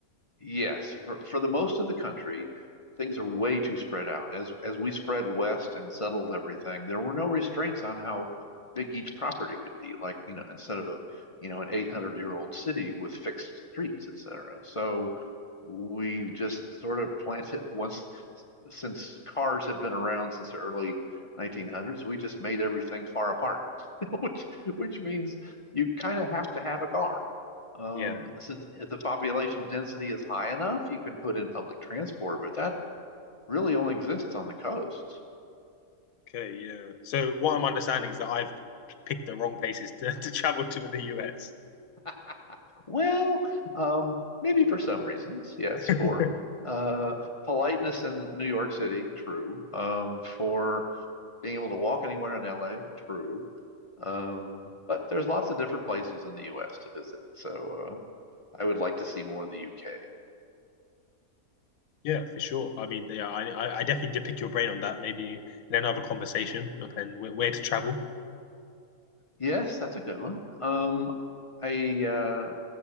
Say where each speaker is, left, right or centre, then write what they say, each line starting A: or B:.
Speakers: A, on the left; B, on the left.
A: Yes, for, for the most of the country, things are way too spread out. As as we spread west and settled everything, there were no restraints on how big each property could be. Like, you know, instead of a, you know, an 800 year old city with fixed streets, etc. So we just sort of planted once since cars had been around since the early 1900s, we just made everything far apart, <laughs> which which means you kind of have to have a car. Um,
B: Yeah.
A: since if the population density is high enough, you can put in public transport, but that really only exists on the coasts.
B: Okay. Yeah. So what I'm understanding is that I've picked the wrong places to, <laughs> to travel to in the US.
A: <laughs> Well, um, maybe for some reasons, yes, for
B: <laughs>
A: uh, politeness in New York City, true. Um, for being able to walk anywhere in LA, true. Um, but there's lots of different places in the US to visit, so uh, I would like to see more of the UK.
B: Yeah, for sure. I mean, yeah, I I I definitely did pick your brain on that. Maybe in another conversation, and where, where to travel.
A: Yes, that's a good one. Um, I uh,